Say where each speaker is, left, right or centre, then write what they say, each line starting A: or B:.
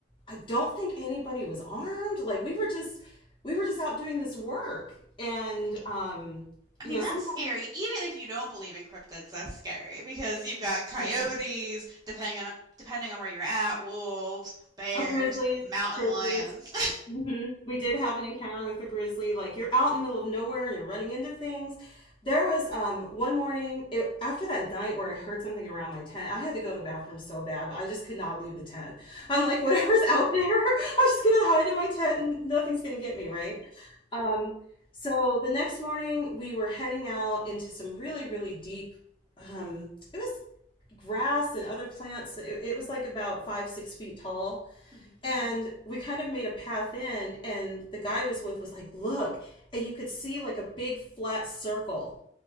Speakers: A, on the left (about 25°); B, on the right (about 20°).
A: I don't think anybody was armed. Like we were just we were just out doing this work. And um,
B: I
A: you
B: mean,
A: know,
B: that's
A: sometimes
B: scary. Even if you don't believe in cryptids, that's scary because you've got coyotes,
A: yeah,
B: depending on depending on where you're at, wolves, bears,
A: oh, grizzlies,
B: mountain
A: grizzlies.
B: lions.
A: hmm We did have an encounter with a grizzly. Like you're out in the middle of nowhere and you're running into things. There was um one morning it, after that night where I heard something around my tent. I had to go to the bathroom so bad, but I just could not leave the tent. I'm like, whatever's out there, <laughs> I'm just gonna hide in my tent and nothing's gonna get me, right? Um, so the next morning we were heading out into some really, really deep. Um, it was grass and other plants. It, it was like about five, six feet tall
B: <laughs>
A: and we kind of made a path in and the guy I was with was like look and you could see like a big flat circle